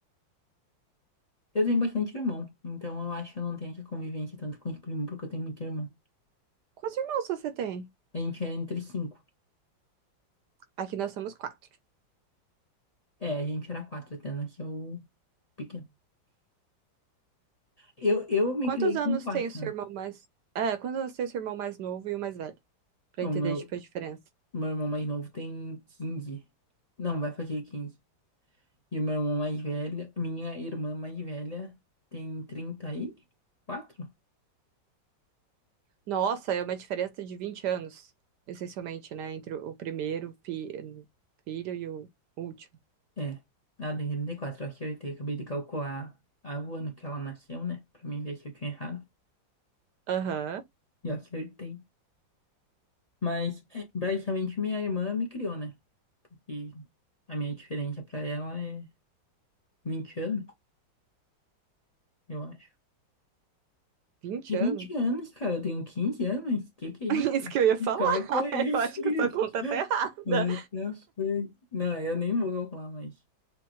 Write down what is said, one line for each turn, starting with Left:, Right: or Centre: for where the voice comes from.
Left: Eu tenho bastante irmão, então eu acho que eu não tenho essa convivência tanto com os primos porque eu tenho muito irmão.
Right: Quantos irmãos você tem?
Left: A gente é entre cinco.
Right: Aqui nós somos quatro.
Left: É, a gente era quatro até nasceu pequeno. Eu, eu me
Right: Quantos
Left: criei
Right: anos
Left: com quatro,
Right: tem o seu
Left: né?
Right: irmão mais. É, quantos anos tem o seu irmão mais novo e o mais velho? Pra
Left: O
Right: entender,
Left: meu,
Right: tipo, a diferença.
Left: Meu irmão mais novo tem 15. Não, vai fazer 15. E o meu irmão mais velho, minha irmã mais velha tem trinta e quatro,
Right: Nossa, é uma diferença de 20 anos, essencialmente, né? Entre o o primeiro fi- filho e o último.
Left: É. Ela tem 34, eu acertei. Acabei de calcular a- o ano que ela nasceu, né? Pra mim ver se eu tinha errado.
Right: Aham.
Left: E eu acertei. Mas, é, basicamente, minha irmã me criou, né? E a minha diferença pra ela é 20 anos, eu acho.
Right: vinte
Left: Que
Right: anos?
Left: 20 anos, cara? Eu tenho 15 anos? Que
Right: <laughs>
Left: que é isso?
Right: Isso que eu ia falar.
Left: Que cálculo
Right: <laughs>
Left: é esse?
Right: Eu acho
Left: <laughs>
Right: que a sua conta tá errada.
Left: What the fuck? Não, eu nem vou calcular mais.